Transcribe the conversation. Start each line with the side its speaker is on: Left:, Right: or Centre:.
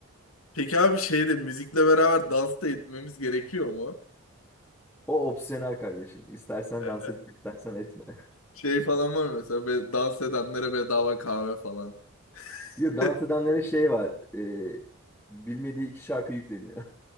Left: Peki abi şeyde müzikle beraber dans da etmemiz gerekiyor mu?
Centre: O opsiyonel kardeşim. İstersen
Left: E,
Centre: dans
Left: e,
Centre: et, istersen etme.
Left: Şey falan var mı mesela be, dans edenlere bedava kahve falan.
Centre: <laughs> Yok dans
Left: <laughs>
Centre: edenlere şey var. e, bilmediği iki şarkı yükleniyor.